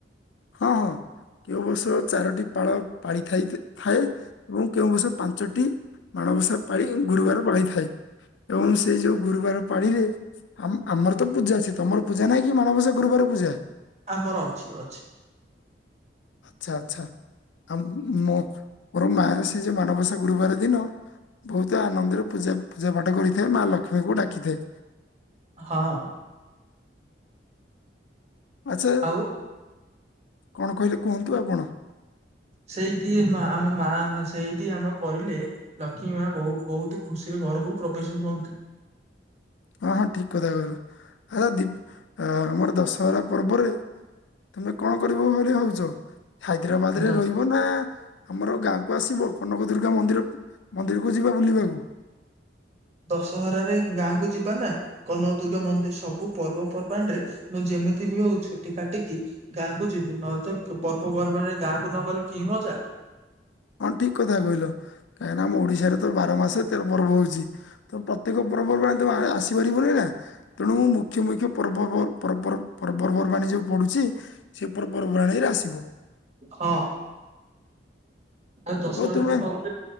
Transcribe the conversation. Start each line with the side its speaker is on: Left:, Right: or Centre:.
Left: ହଁ ହଁ। କେଉଁ ବର୍ଷ ଚାରୋଟି ପାଳ ପାଳି ଥାଏ, ଏବଂ କେଉଁ ବର୍ଷ ପାଞ୍ଚଟି ମାଣବସା ପାଳି ଗୁରୁବାର ପାଳିଥାଏ, ଏବଂ ସେ ଯୋଉ ଗୁରୁବାର ପାଳିରେ ଆମ ଆମର ତ ପୂଜା ଅଛି, ତମର ପୂଜା ନାହିଁ କି ମାନବସା ଗୁରୁବାର ପୂଜା?
Right: ଆମର ଅଛି ଅଛି।
Left: ଆଛା ଆଚ୍ଛା। ଆ ମୋ ମୋର ମା ସେ ଯେ ମାଣବସା ଗୁରୁବାର ଦିନ ବହୁତ ଆନନ୍ଦରେ ପୂଜା ପୂଜା ପାଠ କରିଥାଏ, ମା ଲକ୍ଷ୍ମୀଙ୍କୁ ଡାକିଥାଏ।
Right: ହଁ।
Left: ଆଚ୍ଛା
Right: ଆଉ
Left: କଣ କହିଲେ, କୁହନ୍ତୁ ଆଉ କଣ?
Right: ସେଇଠି ଆମ ମା ସେଇଠି ଆମ କରିଲେ, ଲକ୍ଷ୍ମୀ ମା ବହୁତ ଖୁ ଆସିବେ ଘରକୁ <unintelligible>
Left: ହଁ- ହଁ ଠିକ କଥା କହିଲ। ଆ ଦୀପ ଆମର ଦଶହରା ପର୍ବରେ ତମେ କଣ କରିବ ବୋଲି ଭାବୁଛ? ହାଇଦ୍ରାବାଦରେ
Right: ତ
Left: ରହିବ ନା ଆମର ଗାଁ କୁ ଆସିବ, କନକ ଦୁର୍ଗା ମନ୍ଦିର ମନ୍ଦିରକୁ ଯିବା ବୁଲିବାକୁ।
Right: ଦଶହରାରେ ଗାଁକୁ ଯିବା ନା, କନକ ଦୁର୍ଗା ମନ୍ଦିର ସବୁ ପର୍ବପର୍ବାଣିରେ ମୁଁ ଯେ ମିତି ବି ହଉ ଛୁଟି କାଟିକି ଗାଁକୁ ଯିବି, ନହେଲେ ତ ପର୍ବପର୍ବାଣିରେ ଗାଁକୁ ନ ଗଲେ କି ମଜା।
Left: ହଁ ଠିକ କଥା କହିଲ, କାହିଁକିନା ଆମ ଓଡିଶାରେ ତ ବାର ମାସ ତେର ପର୍ବ ହଉଛି ତ ପ୍ରତ୍ୟେକ ପର୍ବାଣୀ ଆସିପାରିବନି ନା ତେଣୁ ମୁଖ୍ୟ ମୁଖ୍ୟ ପର୍ବ ପର୍ବର ପର୍ବ <unintelligible> ପର୍ବାଣୀ ଯୋଉ ପଡୁଛି, ସେଇ ପର୍ବପର୍ବାଣିୀରେ ଆସିବ।
Right: ହଁ। ଆଉ ଦଶହରା
Left: ହଉ ତୁମେ
Right: ଦୀପାବଳି